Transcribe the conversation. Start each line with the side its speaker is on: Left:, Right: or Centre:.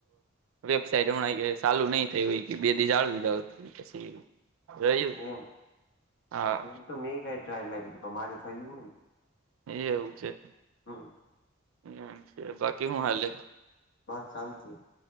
Right: વેબસાઇટ હમણાં ચાલુ નઈ થઈ હોય કે બે દી જાળવી જાવ પછી રહ્યું
Left: હમ
Right: હા
Left: એમ તો મેં કઈ ટાય મેમારે થયું નહી
Right: એ એવું છે.
Left: હા
Right: એમ છે બાકી હું હાલે
Left: બસ શાંતિ